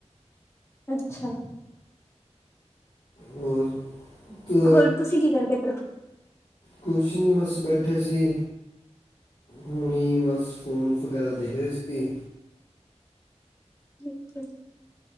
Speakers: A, on the left (about 25°); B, on the left (about 80°).
A: ਅੱਛਾ।
B: ਹੋਰ ਦ
A: ਹੋਰ ਤੁਸੀਂ ਕੀ ਕਰਦੇ ਪਏ ਓ
B: ਕੁਛ ਨੀ ਬਸ ਬੈਠੇ ਸੀ ਨੀ ਬਸ ਫੋਮਸ ਵਗੈਰਾ ਦੇਖ ਰਹੇ ਸੀ
A: ਬਿਲਕੁਲ